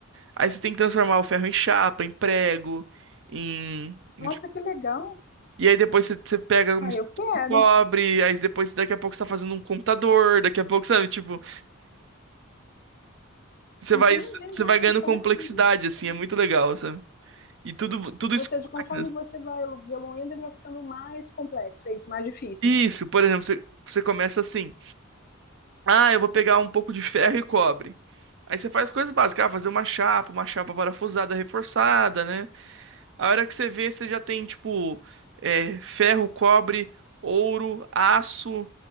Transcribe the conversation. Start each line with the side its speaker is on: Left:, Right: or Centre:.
Right: Aí você tem que transformar o ferro em chapa, em prego, em. em-
Left: Nossa, que legal.
Right: E aí depois você, você pega, mistura
Left: Ah, eu quero.
Right: com cobre, aí depois daqui a pouco você tá fazendo um computador, daqui a pouco, sabe? Tipo, você
Left: Entendi.
Right: vai, você
Left: Nossa,
Right: vai ganhando
Left: mas parece
Right: complexidade,
Left: muito interessante.
Right: assim, é muito legal, sabe? E tudo, tudo
Left: Ou
Right: isso
Left: seja,
Right: com
Left: conforme
Right: máquinas.
Left: você vai evoluindo, ele vai ficando mais complexo, é isso, mais difícil.
Right: Isso, por exemplo, você, você começa assim: ah, eu vou pegar um pouco de ferro e cobre. Aí você faz coisas básicas, ah, fazer uma chapa, uma chapa parafusada, reforçada, né? A hora que você vê, você já tem, tipo, é, ferro, cobre, ouro, aço.